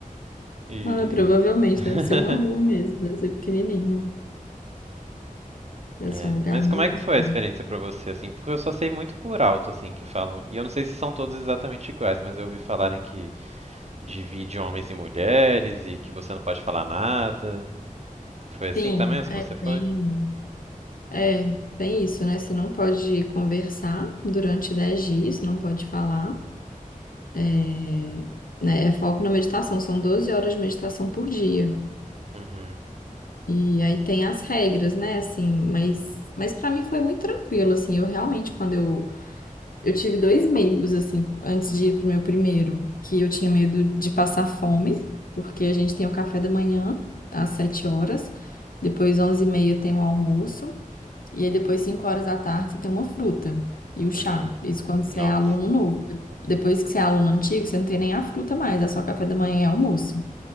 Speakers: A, on the right; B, on the left.
A: e.
B: Ah, provavelmente
A: <laughs>
B: deve ser uma rua mesmo, deve ser pequenininho, deve
A: É,
B: ser um lugar
A: mas
B: minúsculo.
A: como é que foi a experiência pra você, assim? Porque eu só sei muito por alto, assim, que falam. E eu não sei se são todos exatamente iguais, mas eu ouvi falarem que divide homens e mulheres e que você não pode falar nada. Foi assim
B: Sim,
A: também as
B: é,
A: que você foi?
B: bem, é, tem isso, né? Você não pode conversar durante 10 dias, não pode falar, É, né? É foco na meditação, são 12 horas de meditação por dia.
A: Uhum,
B: E aí tem as regras, né? Assim, mas, mas para mim foi muito tranquilo, assim, eu realmente, quando eu Eu tive dois medos, assim, antes de ir pro meu primeiro, que eu tinha medo de passar fome, porque a gente tem o café da manhã às 7 horas, depois 11 e meia tem o almoço, e aí depois 5 horas da tarde você tem uma fruta e o chá.
A: uhum.
B: Isso quando você
A: Nossa,
B: é aluno novo. De- Depois que você é aluno antigo, você não tem nem a fruta mais, é só café da manhã e almoço.